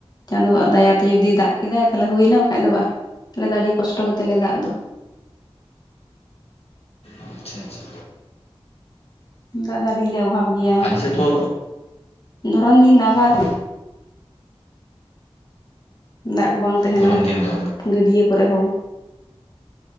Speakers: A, on the left; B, on the left.
A: ᱪᱟᱸᱫᱳᱣᱟᱜ ᱫᱟᱭᱟᱛᱮ ᱡᱩᱫᱤ ᱫᱟᱜ ᱠᱮᱫᱟᱭ ᱛᱟᱦᱞᱮ ᱦᱩᱭᱱᱟ ᱵᱟᱠᱷᱟᱡ ᱫᱚ ᱵᱟᱦ ᱟᱞᱮ ᱫᱚ ᱟᱹᱰᱤ ᱠᱚᱥᱴᱚ ᱜᱮᱛᱟ ᱞᱮᱭᱟ ᱫᱟᱜ ᱫᱚ᱾
B: ᱟᱪᱪᱷᱟ ᱟᱪᱪᱷᱟ,
A: ᱫᱟᱜ ᱫᱚ ᱟᱹᱰᱤ ᱜᱮᱞᱮ ᱚᱵᱷᱟᱵ ᱜᱮᱭᱟ
B: ᱟᱞᱮ ᱥᱮᱫ ᱫᱚ
A: ᱫᱷᱚᱨᱚᱱ ᱫᱤᱱ ᱟᱵᱟᱨ
B: ᱚ,
A: <inaudible> ᱫᱟᱜ ᱠᱚ ᱵᱟᱝ ᱛᱟᱦᱮᱱᱟ᱾
B: ᱜᱚᱨᱚᱢ ᱫᱤᱱ ᱫᱚ
A: ᱜᱟᱹᱰᱭᱟᱹ ᱠᱚᱨᱮ ᱦᱚᱸ